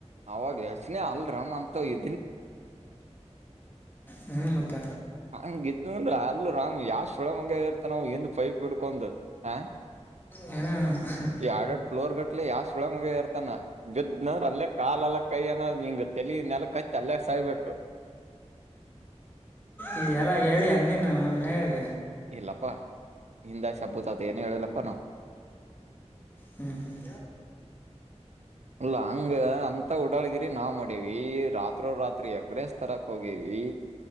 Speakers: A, on the right; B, on the left.
A: ಅವಾಗ ಯಚ್ನೆ ಅಲ್ರಾಮ್ ಅಂತ ಇ
B: ಹ್ಮ್ ಮತ್ತ
A: ಹಂಗ ಇದು ಅಂದ್ರ ಅಲ್ ರಾಮ್ ಯಾವಷ್ಟ್ ಫುಡಮಂಗ ಇರ್ತ ನಾವ ಎದ ಪೈಪ್ ಇಡ್ಕೊಡ್ ಹ
B: ಹ್ಞೂ
A: ಈ ಎಡು ಎರಡ್ ಫ್ಲೋರ್ ಗಟ್ಲೆ ಯಾವ ಸುಳ ಮುಗ ಇರ್ತಾನ ಬದನಂದ್ರ ಅಲ್ಲೇ ಕಾಲ ಲ್ಲ ಕೈ ಅನ ಹಿಂಗ ತಲಿ ನೆಲ್ಕ್ಅಲ್ಲೇ ಸಾಯ್ಬೇಕು
B: ಈ ಎಲ್ಲ ಹೇಳಿ ಅಂದನ್ ಮೇಗ
A: ಇಲ್ಲಪ್ಪಾ ಹಿಂದ ಶೆಬ್ಬುದ ಅದ ಏನು ಹೇಳಿಲ್ಲಪ್ಪಾ ನಾ
B: ಹ್ಮ್ ಹ್ಮ್
A: ಅಲ್ಲ ಹಂಗ ಅಂತ ಉಡಾಳ್ಗಿರಿ ನಾವ್ ಮಾಡೀವಿ ರಾತ್ರೋ ರಾತ್ರಿ ಎಗ್ರಸ್ ತರಕ್ ಹೋಗಿವವಿ